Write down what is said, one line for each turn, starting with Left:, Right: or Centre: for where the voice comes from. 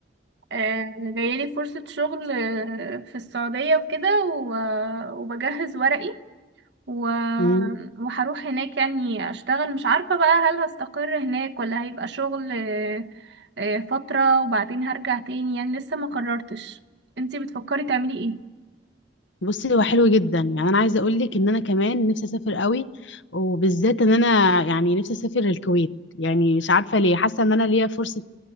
Right: آه، جايلي فرصة شغل آه، في السعودية وكده و- وبجهز ورقي و-
Left: مم؟
Right: وهروح هناك يعني اشتغل مش عارفة بقى هل هستقر هناك ولا هيبقى شغل آه، آه، فترة وبعدين هرجع تاني يعني لسه ما قررتش انتي بتفكري تعملي ايه
Left: بصي هو حلو جدا يعني انا عايزه اقول لك ان انا كمان نفسي اسافر قوي وبالذات ان انا يعني نفسي اسافر الكويت يعني مش عارفه ليه حاسه ان انا ليا فرصه